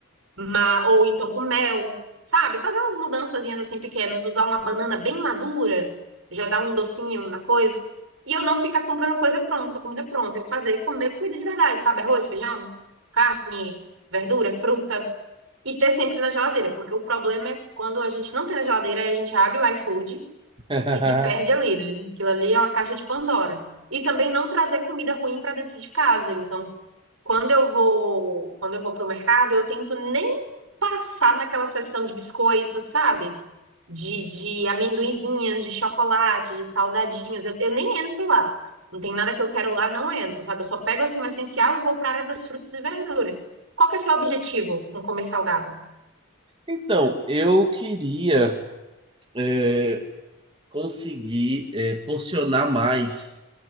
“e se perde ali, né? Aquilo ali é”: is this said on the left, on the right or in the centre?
Right